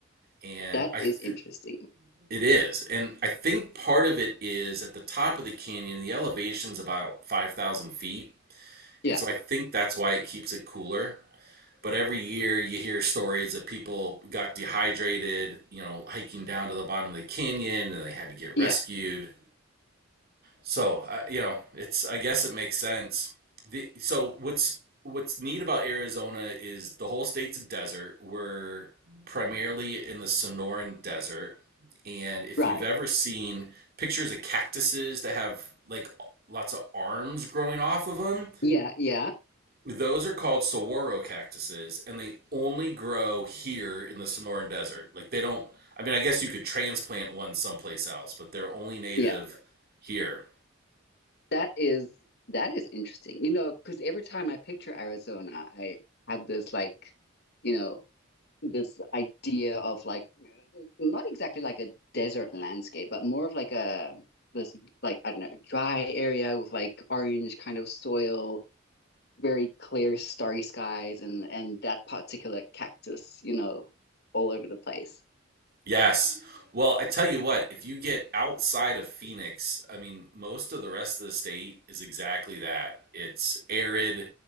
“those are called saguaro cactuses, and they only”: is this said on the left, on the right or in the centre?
Right